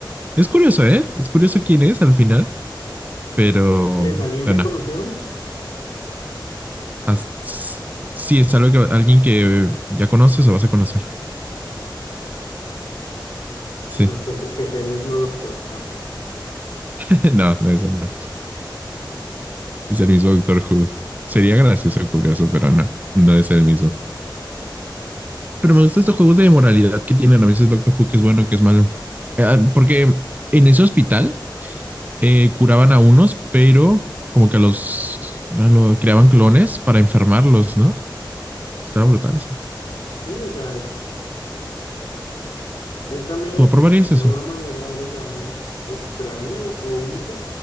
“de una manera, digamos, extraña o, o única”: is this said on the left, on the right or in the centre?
Left